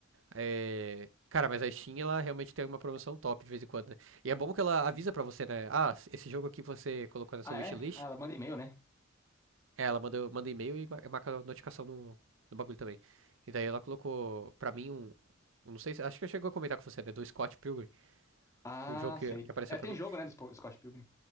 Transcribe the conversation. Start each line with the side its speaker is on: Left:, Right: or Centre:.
Right: é, Cara, mas a Steam, ela realmente tem uma promoção top de vez em quando, né? E é bom que ela avisa pra você, né? Ah, esse jogo aqui você colocou na
Left: Ah,
Right: sua wishlist,
Left: é? Ah, ela manda e-mail, né?
Right: É, ela manda, manda e-mail e mar- marca notificação no, no bagulho também. E daí ela colocou pra mim um. eu Não sei se. Acho que eu chegou a comentar com você, né? Do Scott Pilgrim.
Left: Ah,
Right: o jogo que,
Left: sei.
Right: que apareceu
Left: É,
Right: pra
Left: tem
Right: mim.
Left: jogo, né, do Spo- Scott Pilgrim?